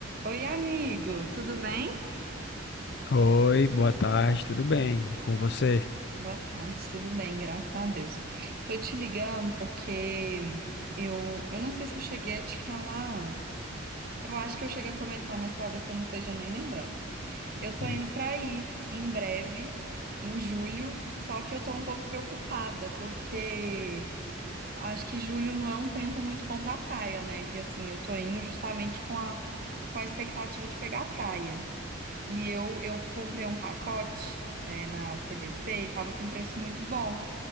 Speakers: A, on the right (about 50°); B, on the left (about 55°).
A: Oi, amigo, tudo bem?
B: Oi, boa tarde, tudo bem? E com você?
A: Boa tarde, tudo bem? Graças a Deus. Tô te ligando porque eu, eu não sei se eu cheguei a te falar antes. Eu acho que eu cheguei a comentar, mas talvez você não esteja nem lembrando. Eu tô
B: Hum.
A: indo pra aí em breve, em julho, só que eu tô um pouco preocupada porque acho que julho não é um tempo muito bom pra praia, né? E assim, eu tô indo justamente com a, com a expectativa de pegar a praia. E eu, eu comprei um pacote, né, na CVC e tava com um preço muito bom.